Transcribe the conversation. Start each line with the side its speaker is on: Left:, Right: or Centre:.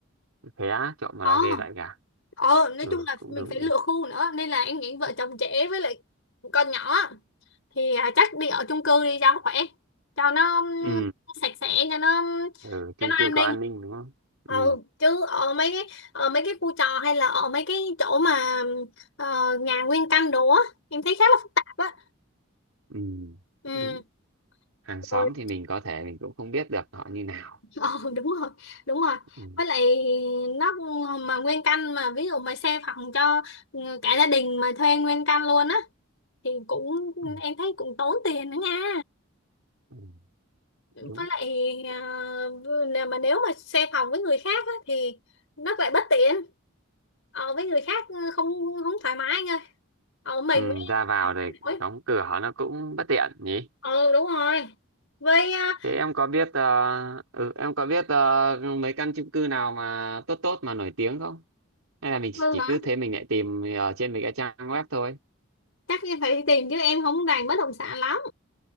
Right: thế á trộm mà
Left: ờ
Right: nó ghê vậy cả
Left: ờ nói
Right: ừ
Left: chung là
Right: cũng
Left: mình
Right: đúng
Left: phải
Right: nhỉ
Left: lựa khu nữa nên là em nghĩ vợ chồng trẻ với lại con nhỏ thì à, chắc đi ở chung cư đi cho khỏe cho nó
Right: ừ
Left: sạch sẽ cho nó
Right: ừ chung
Left: cho nó
Right: cư
Left: an ninh
Right: có an ninh đúng không
Left: ừ
Right: ừ
Left: chứ ở mấy cái ở mấy cái khu trọ hay là ở mấy cái chỗ mà ờ, nhà nguyên căn đồ á em thấy khá là phức tạp á
Right: ừ
Left: ừ
Right: cũng đúng hàng xóm
Left: rồi
Right: thì mình có thể mình cũng không biết được họ như nào
Left: ờ, <laughs> đúng rồi đúng rồi
Right: ừ
Left: với lại nó mà nguyên căn mà ví dụ mà xe phòng cho ừ, cả gia đình mà thuê nguyên căn luôn á thì cũng
Right: ừ,
Left: em thấy cũng tốn tiền nữa nha
Right: ừ đúng
Left: với lại à, nè, mà nếu mà xe phòng với người khác á, thì nó lại bất tiện ờ, với người khác ừ, không không thoải mái anh ơi ờ, mình
Right: ừ
Left: với
Right: ra vào rồi
Left: Ôi,
Right: đóng cửa nó cũng bất tiện nhỉ
Left: ừ đúng rồi với à,
Right: Thế em có biết ờ, ừ, em có biết ờ, mấy căn chung cư nào mà tốt tốt mà nổi tiếng không? Hay là mình
Left: ừ,
Right: chỉ
Left: hả
Right: cứ thế mình lại tìm ở trên mấy cái trang web thôi?
Left: chắc em phải tìm chứ em không rành bất động sản lắm